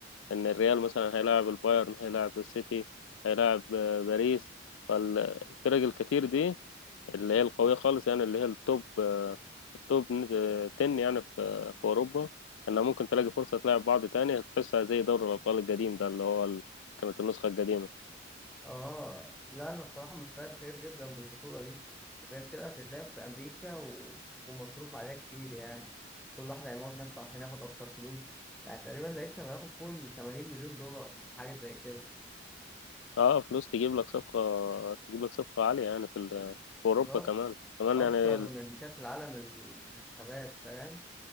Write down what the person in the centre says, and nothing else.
اه لا أنا بصراحة متفائل خير جدا بالبطولة دي غير كده هتتلعب في أمريكا و... ومصروف عليها كتير يعني كل واحد هيموت نفسه عشان ياخد أكتر فلوس يعني تقريبا اللي هيكسب هياخد فوق 80 مليون دولار حاجة زي كده
بص
بالظبط
أكتر
من كأس العالم المنتخبات فاهم